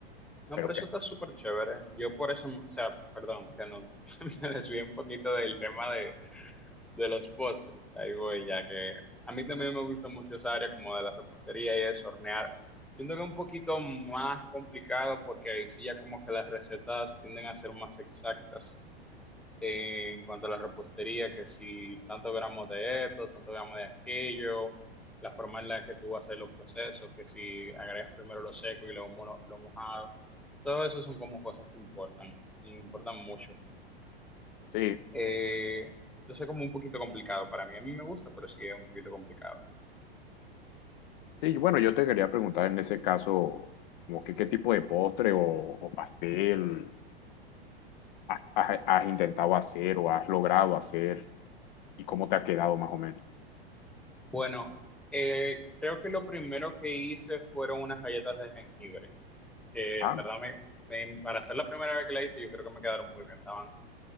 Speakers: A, in the centre; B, on the left (about 55°).
A: No,
B: Pero
A: pero
B: que...
A: eso está súper chévere. Yo por eso, o sea, perdón, que no <laughs> me desvíe un poquito del tema De los postres, ahí voy, ya que a mí también me gusta mucho esa área como de la repostería y es hornear. Siento que es un poquito más complicado porque ahí sí ya como que las recetas tienden a ser más exactas eh, en cuanto a la repostería, que si tantos gramos de esto, tantos gramos de aquello, la forma en la que tú vas a hacer los procesos, que si agregas primero lo seco y luego mo- lo mojado, todo eso son como cosas que importan y importan mucho.
B: Sí,
A: Eh, entonces es como un poquito complicado para mí. A mí me gusta, pero sí es un poquito complicado.
B: Sí, y bueno, yo te quería preguntar en ese caso, como que, qué tipo de postre o, o pastel has, has- has intentado hacer o has logrado hacer y cómo te ha quedado más o menos.
A: Bueno, eh, creo que lo primero que hice fueron unas galletas de jengibre. que
B: Ah,
A: en verdad, me, me- para ser la primera vez que la hice, yo creo que me quedaron muy bien. Estaban,